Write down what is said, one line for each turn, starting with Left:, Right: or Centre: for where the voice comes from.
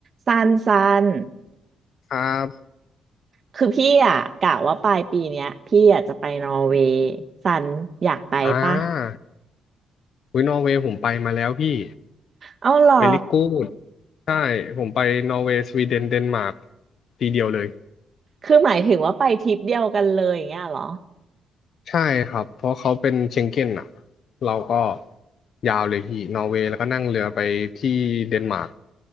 Right: สั้นสั้น
Left: ครับ
Right: คือพี่อ่ะกะว่าปลายปีเนี้ยพี่อยากจะไปนอร์เวย์สันอยากไปปะ
Left: อ่าอุ้ยนอร์เวย์ผมไปมาแล้วพี่
Right: เอาเหรอ
Left: เวลิกูดใช่ผมไปนอร์เวย์สวีเดนเดนมาร์กทีเดียวเลย
Right: คือหมายถึงว่าไปทริปเดียวกันเลยอย่างเงี้ยเหรอ
Left: ใช่ครับเพราะเขาเป็นเชงเก้นอ่ะเราก็ยาวเลยพี่นอร์เวย์แล้วก็นั่งเรือไปที่เดนมาร์ก